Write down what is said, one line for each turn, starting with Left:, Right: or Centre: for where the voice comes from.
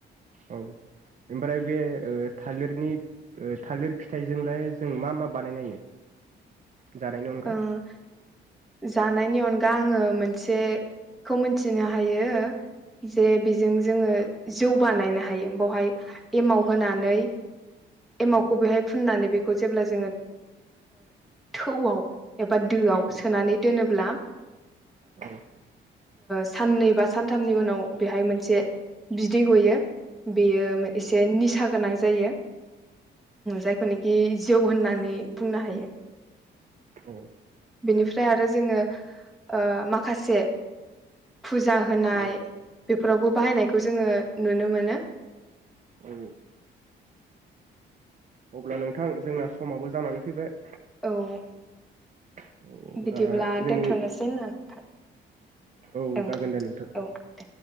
Right: औ ओमफ्राय बे ओ थालिरनि ओ थालिर फिथाइजोंलाय जों मा मा बानायनो हायो। जानायनि अनगा?
Centre: ओं जानायनि अनगा आङो मोनसेखौ मिथिनो हायो जे बेजों जोङो जौ बानायनो हायो बावहाय एमाव होनानै एमावखौ
Right: औ
Centre: बेहाय फुननानै बे खौ जेब्ला जोङो थौआव एबा दोआव
Right: औ
Centre: सोनानै दोनोब्ला।
Right: औ
Centre: साननै बा सानथामनि उनाव बेहाय मोनसे बिदै गयो। बेयो एसे निसा गोनां। जायो जायखौ नोखि जौ होननानै बुंनो हायो।
Right: औ
Centre: बेनिफ्राय आरो जोङो। ओ माखासे फुजा होनाय
Right: औ
Centre: बेफोरावबो बाहायनायखौ जोङो नुनो मोनो।
Right: औ अब्ला नोंथां जोंना समाबो जानानै फैबाय।
Centre: औ
Right: अब्ला
Centre: बिदिब्ला
Right: जोंनि
Centre: दोनथ'नोसै ना नोंथां
Right: औ
Centre: ओं
Right: जागोन दे नोंथां।
Centre: औ दे